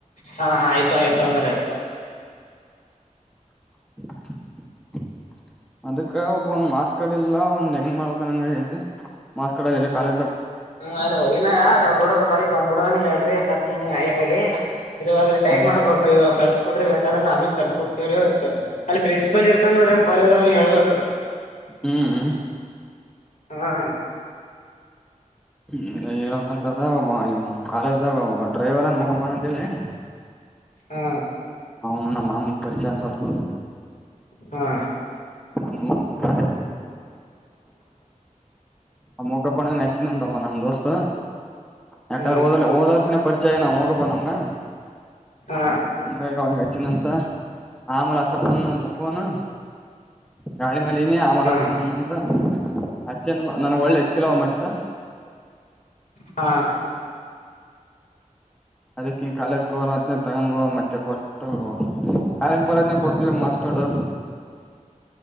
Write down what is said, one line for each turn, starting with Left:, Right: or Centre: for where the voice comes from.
Left: ಹಾ ಆಯ್ತ ಆಯ್ತು ಅಂದ್ರ ಆಯ್ತು.
Centre: <inaudible> ಅದಕ್ಕೆ ಒಬ್ಬ ಒಂದ ಮಾರ್ಕ್ಸ್ ಕಾರ್ಡ್ ಇಲ್ಲ ಒಂದ್ ಹೆಂಗ್ ಮಾಡ್ಕಂಗ ಐತೆ ಮಾರ್ಕ್ಸ್ ಕಾರ್ಡ್ ಇಲ್ಲೆ ಕಾಲೇಜ್.
Left: ಹ ಅ ಹೋಗಿನಡ ಕಬಿಡೋದ ಹೇಳ್ರಿ ಸರ್ಕಂಗ ಅಯ್ಯಗ್ರಿ. ಇದ್ರೆ ಟೈಪ್
Centre: ಹ್ಮ್
Left: ಮಾಡಕ್ಬೇಕು ಇವಾಗ ಕಳ್ಸ ಕೊಡ್ರಿ ಬೇಕಾದ್ರ ನಮೇ ತಂದ ಕೊಡ್ತವರಿ ಅಲ್ಲಿ ಪ್ರಿನ್ಸಿಪಲ್ ಇರ್ತಾನ ನೋಡ್ರಿ ಕಾಲೇಜ್ ಅವನ ಹಳ್ಬೇಕಕ್.
Centre: ಹ್ಮ್ ಹ್ಮ್
Left: ಹಾ.
Centre: ಹ್ಮ ಹೇಳಕ್ಂತ ಕಾಲೇಜ್ದಾಗಬ ಡ್ರೈವರ್ನ್ ಮುಖಬೋಣ ಅಂತ ಹೇಳಿ.
Left: ಹಾ.
Centre: ಅವನು ನಮ್ಮ ಮಾಮೂಲಿ ಪರಿಚಾರ ಸ್ವಲ್ಪ.
Left: ಹಾ.
Centre: ನಮ್ಮ ಮಾ ಆ ಮುಖಪಣ ನಚ್ಚಿದ ಅಂತವ ನಮ್ ದೋಸ್ತ. ಯಾಕಂದ್ರೆ
Left: ಹ್ಮ್
Centre: ಓದ ಓದ ವರುಷನ ಪರಿಚಯ ನಾವ ಹೋಗಬ ನಮ್ಗ.
Left: ಹಾ
Centre: ಹಂಗ ಅವನಿಗೆ ಹಚ್ಚಿನಂತ ಆಮಲೆ ಅಚ್ಚಪ್ಪ ಅಂದನ ಅಂತ ಫೋನು. ಗಾಡಿ ಮೇಲೆನಿ ಆಮೇಲೆ
Left: ಹಾ
Centre: ಆಚ್ತೀನಿ ಅಂದನಂತ ಅಚ್ಚ ನ ಒಳ್ಳೆಚ್ಚಿಲವ ಮತ್ತೆ.
Left: ಹಾ.
Centre: ಅದಕ್ಕಿಂಗ ಕಾಲೇಜ್ಗೆ ಹರ ಅದ ತಗೊಂಡ ಮತ್ತೆ ಕೊಡ್ಬಟ್ಟು. ಕಾಲೆಜ ಬರೋದ್ನ ಕೊಡ್ತೀವಿ ಮಾರ್ಕ್ಸ್ ಕಾರ್ಡ್.